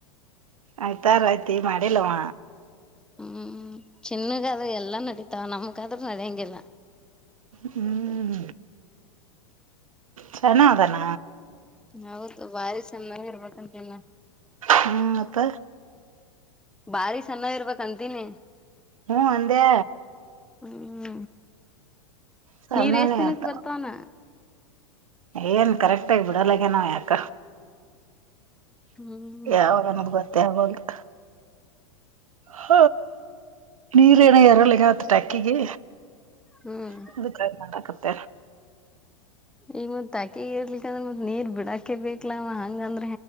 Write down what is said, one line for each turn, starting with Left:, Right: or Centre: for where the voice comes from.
Right: ಆಯ್ತಾರಯ್ತಿ ಮಾಡಿಲ್ಲವ.
Centre: ಹ್ಮ್ ಚಿನ್ನುಗಾದ್ರ ಎಲ್ಲಾ ನಡಿತಾವ ನಮಗಾದ್ರೂ ನಡಿಯಂಗಿಲ್ಲ.
Right: ಹ್ಮ್ ಚನ್ನ ಅದಾನ.
Centre: ಹೌದು ಬಾರಿ <unintelligible>
Right: ಹ್ಮ್ ಮತ್ತ
Centre: ಬಾರಿ ಸಣ್ಣ ಇರಬೇಕ್. ತಂದಿನಿ.
Right: ಹ್ಮ್ ಅಂದೆ
Centre: ಹ್ಮ
Right: ಸಣ್ಣಾನೇ
Centre: ನೀರೇಸದಿನಕ್ಕ
Right: ಅಂತ
Centre: ಬರ್ತಾನ.
Right: ಏನ್ ಕರೆಕ್ಟ ಆಗಿ ಬಿಡಲ್ಲಗನಾ ಯಾಕ.
Centre: ಹ್ಮ್
Right: ಯಾವಾಗನ್ನೋದು ಗೊತ್ತೆ ಆಗ್ವಲ್ಡು. ಹ ನೀರ ಏನ ಏರಲ್ಲಿ ಆಗವ ಆತ್ ಟಾಕ್ಕಿಗೆ.
Centre: ಹ್ಮ್
Right: <unintelligible> ತ್ತ.
Centre: ಈಗ ಮತ್ ಟಾಕಿಗಿ ಇರ್ಲಿಕಂದ್ರೆ ಮತ್ ನೀರ್ ಬಿಡಾಕೆ ಬೇಕ. <unintelligible> ಹಂಗ ಅಂದ್ರೆ